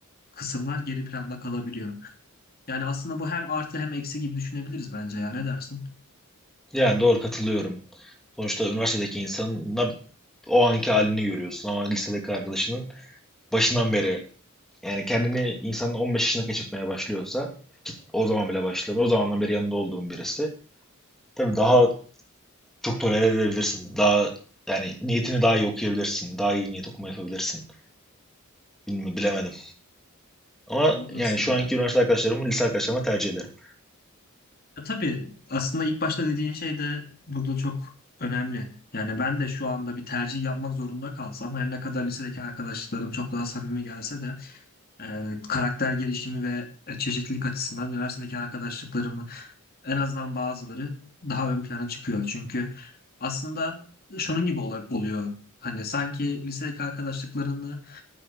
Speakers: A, on the left; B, in the centre.
A: kısımlar geri planda kalabiliyor. Yani aslında bu hem artı hem eksi gibi düşünebiliriz bence ya. Ne dersin?
B: Yani doğru katılıyorum. Sonuçta üniversitedeki insanın o anki halini görüyorsun ama lisedeki arkadaşının başından beri Yani kendini insanın 15 yaşına keşfetmeye başlıyorsa ki o zaman bile başlamıyor. O zamandan beri yanında olduğun birisi. Tabii daha çok tolere edebilirsin. Daha yani niyetini daha iyi okuyabilirsin. Daha iyi niyet okuma yapabilirsin. Bilmiyorum, bilemedim. Ama
A: Doğru
B: yani
A: aslında.
B: şu anki üniversite arkadaşlarımı lise arkadaşlarıma tercih ederim.
A: Ya tabii aslında ilk başta dediğin şey de burada çok önemli. Yani ben de şu anda bir tercih yapmak zorunda kalsam her ne kadar lisedeki arkadaşlarım çok daha samimi gelse de e, karakter gelişimi ve e, çeşitlilik açısından üniversitedeki arkadaşlıklarımı en azından bazıları daha ön plana çıkıyor. Çünkü aslında şunun gibi ola- oluyor. Hani sanki lisedeki arkadaşlıklarını